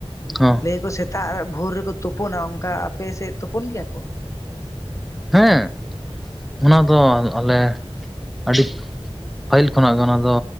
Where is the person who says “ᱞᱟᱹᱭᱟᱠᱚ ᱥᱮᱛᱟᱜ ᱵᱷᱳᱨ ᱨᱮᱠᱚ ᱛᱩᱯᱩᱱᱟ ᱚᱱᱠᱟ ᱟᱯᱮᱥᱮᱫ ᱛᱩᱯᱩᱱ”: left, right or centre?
Left